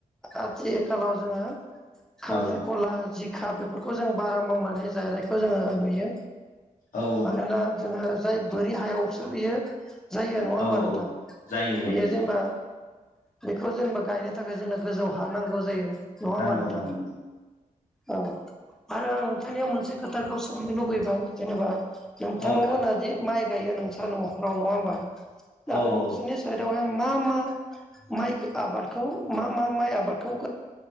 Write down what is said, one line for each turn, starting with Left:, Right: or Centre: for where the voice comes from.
Centre: आथिखालाव जोङो खांख्रिखला
Left: औ
Centre: जिखा बेफोरखौ जों बारा मावनानै जानायखौ जोङो नुयो
Left: औ
Centre: मानोना जोङो जाय बोरि हायावसो बियो जायो नङा होमबा
Left: औ
Centre: नोंथां
Left: जायो जायो
Centre: बेयो
Left: नोंथां
Centre: जेनबा बेखौ जेनबा गायनो थाखाय जोंनो गोजौ हा नांगौ जायो नङा होमबा
Left: नांगौ
Centre: नोंथां
Left: नांगौ
Centre: औ आरो आं नोंथांनियाव मोनसे खोथाखौ सोंनो लुुबैबाय जेनेबा नोंथांमोना
Left: औ
Centre: जे माइ गायो नों न'खाव नङा होनबा
Left: औ
Centre: आरो
Left: औ
Centre: नोंनि साइडआव हाय मा मा माइ आबादखौ मा मा माइ आबादखौ ओ